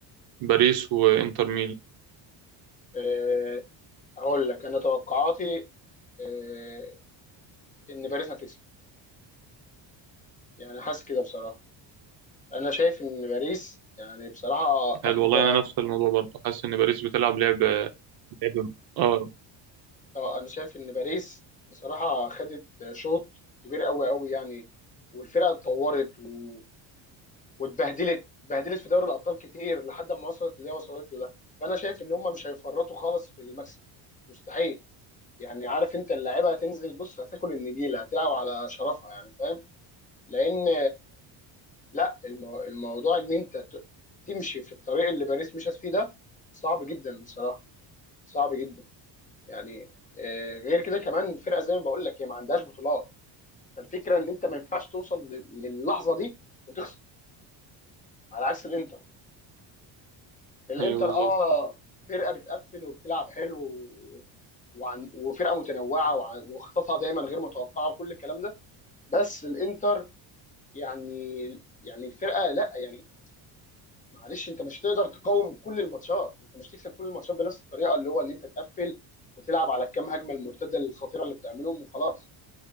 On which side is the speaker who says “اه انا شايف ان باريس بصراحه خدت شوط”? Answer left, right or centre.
Left